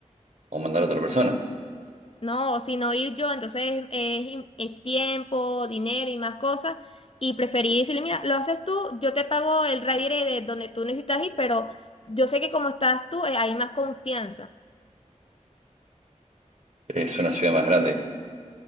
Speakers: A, on the right (about 70°); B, on the left (about 50°).
A: o mandar a otra persona.
B: No, sino ir yo, entonces es, in- es tiempo, dinero y más cosas. Y preferí decirle, mira, lo haces tú, yo te pago el ride de donde tú necesitas ir, pero yo sé que como estás tú, eh, hay más confianza.
A: Es una ciudad más grande